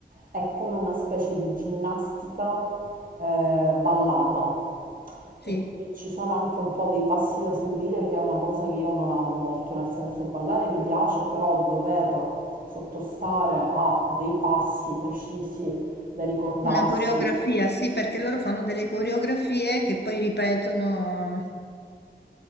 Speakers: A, on the right (about 55°); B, on the left (about 75°).
A: è come una specie di ginnastica eh, ballata.
B: Sì,
A: E quindi ci sono anche un po' dei passi da seguire, che è una cosa che io non amo molto, nel senso ballare mi piace, però dover sottostare a dei passi precisi da ricordarsi.
B: una coreografia, sì, perché loro fanno delle coreografie che poi ripetono